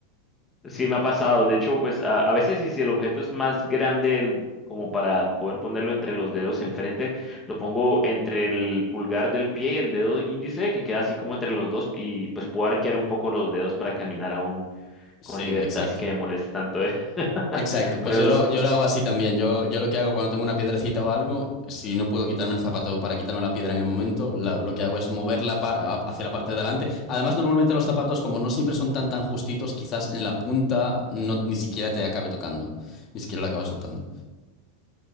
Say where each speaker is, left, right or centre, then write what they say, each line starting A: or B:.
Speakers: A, on the left; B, on the left.
A: Sí, me ha pasado. De hecho, pues a, a veces y si el objeto es más grande, el- como para poder ponerlo entre los dedos enfrente, lo pongo entre el pulgar del pie y el dedo índice, que queda así como entre los dos, y pues puedo arquear un poco los dedos para caminar aún con
B: Sí,
A: libertad
B: exacto.
A: sin que me moleste tanto. ¿eh? <laughs>
B: Exacto,
A: Pero
B: pues yo
A: los...
B: lo, yo lo hago así también. Yo, hago- yo lo que hago cuando tengo una piedrecita o algo, si no puedo quitarme el zapato para quitarme la piedra en el momento, la- lo que hago es moverla pa- a- hacia la parte de adelante. Además, normalmente los zapatos, como no siempre son tan tan justitos, quizás en la punta no, ni siquiera te acabe tocando, ni siquiera lo acabas notando.